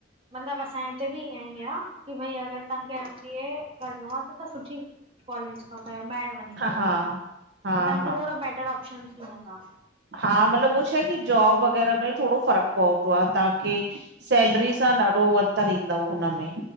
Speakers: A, on the right; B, on the right.
A: मतलब असांजे हिते बि ईअं ई आ की भई अगर तांखे एम बी ए करणो आ त सुठी। कॉलेज खां कयो ॿाहिर वञी कयो
B: हा
A: इअ
B: हा
A: त तांखे
B: हा
A: थोरा बैटर ऑप्शनस मिलंदा।
B: हा मतलब उहो छा आहे की जॉब वग़ैरह में थोरो फ़र्क पवंदो आ ता। खे सैलरी सां ॾाढो अंतर ईंदो हुनमें।